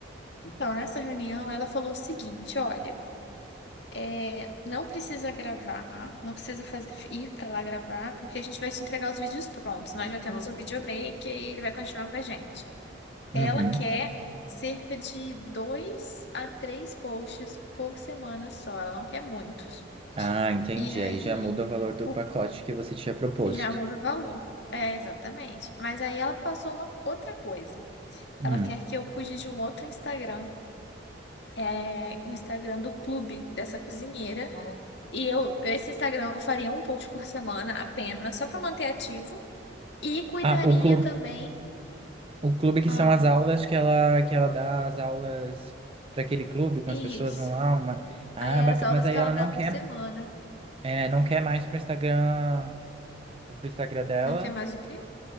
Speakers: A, on the left; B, on the right.
A: Então, nessa reunião, ela falou o seguinte: olha. É, não precisa gravar, não precisa fazer, ir para lá gravar, porque a gente vai te entregar os vídeos prontos. Nós já temos o videomaker e ele vai continuar com a gente.
B: Uhum.
A: Ela quer cerca de dois a três posts por semana só, ela não quer muitos.
B: Ah, entendi.
A: E aí
B: Aí já muda o valor do
A: o-
B: pacote que você tinha proposto.
A: já muda o valor. É, exatamente. Mas aí ela passou uma outra coisa.
B: Hum.
A: Ela quer que eu cuide de um outro Instagram é, o Instagram do clube dessa cozinheira. Ah. E eu, esse Instagram eu faria um post por semana apenas, só para manter ativo. E cuidaria
B: Ah, o clube,
A: também.
B: o clube que
A: Ah,
B: são as aulas que ela, que ela dá as aulas para aquele clube, com
A: isso.
B: as pessoas vão lá, uma... Ah,
A: É,
B: bacana.
A: as aulas
B: Mas aí
A: que ela
B: ela
A: dá
B: não
A: por
B: quer,
A: semana.
B: é, não quer mais pro Instagram, pro Instagram dela.
A: Não quer mais o quê?